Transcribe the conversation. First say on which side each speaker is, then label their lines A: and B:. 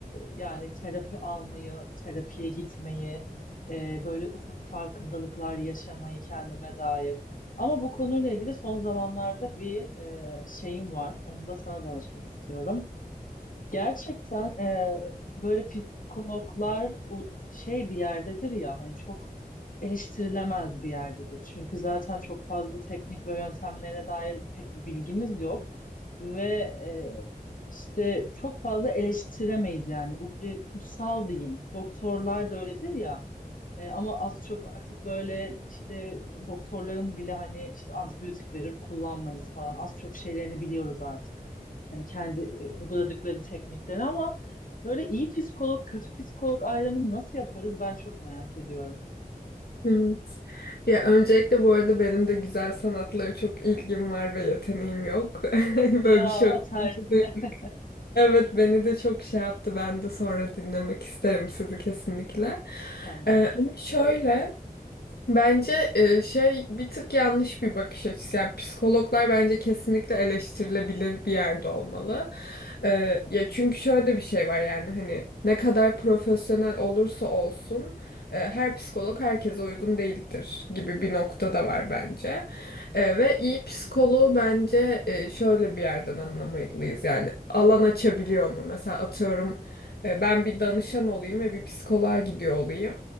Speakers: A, on the left; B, on the left.
A: yani terapi almayı, terapiye gitmeyi, e, böyle ufak farkındalıklar yaşamayı kendime dair. Ama bu konuyla ilgili son zamanlarda bir e, şeyim var. Onu da sana danışmak istiyorum. Gerçekten eee, böyle psikologlar u- şey bir yerdedir ya hani çok eleştirilemez bir yerdedir. Çünkü zaten çok fazla teknik ve yöntemlerine dair pek bir bilgimiz yok ve eee, işte çok fazla eleştiremeyiz yani uhre kutsal diyeyim. Doktorlar da öyledir ya. E, ama az çok artık böyle işte doktorların bile hani işte antibiyotik verir kullanmayız falan. Az çok şeylerini biliyoruz artık. Hani kendi e, uyguladıkları teknikleri ama böyle iyi psikolog, kötü psikolog ayrımını nasıl yaparız ben çok merak ediyorum.
B: Evet. Ya öncelikle bu arada benim de güzel sanatlara çok ilgim var ve yeteneğim yok. <laughs> Hani
A: Ya
B: böyle bir şey <laughs> okudum.
A: tersine.
B: Evet beni de çok şey yaptı. Ben de sonra dinlemek isterim sizi kesinlikle.
A: <laughs> Tamam.
B: Ee, ama şöyle Bence e, şey bir tık yanlış bir bakış açısı. Yani psikologlar bence kesinlikle eleştirilebilir bir yerde olmalı. E, ya çünkü şöyle bir şey var yani hani ne kadar profesyonel olursa olsun e, her psikolog herkese uygun değildir gibi bir nokta da var bence. E, ve iyi psikoloğu bence e, şöyle bir yerden anlamalıyız. Yani alan açabiliyor mu? Mesela atıyorum e, ben bir danışan olayım ve bir psikoloğa gidiyor olayım.